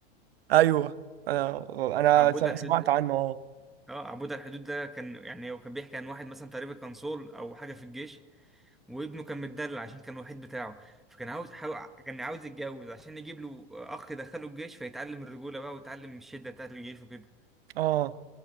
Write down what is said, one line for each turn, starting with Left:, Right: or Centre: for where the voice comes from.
Right: ايوه انا انا
Centre: عبود
Right: سم-
Centre: على
Right: سمعت
Centre: الحدود
Right: عنه اه
Centre: اه عبود على الحدود ده كان يعني هو كان بيحكي عن واحد مثلا تقريبا كان صول او حاجه في الجيش وابنه كان متدلل عشان كان الوحيد بتاعه فكان عاوز حاو... كان عاوز يتجوز عشان يجيب له اخ يدخله الجيش فيتعلم الرجوله بقى ويتعلم الشده بتاعت الجيش وكده
Right: اه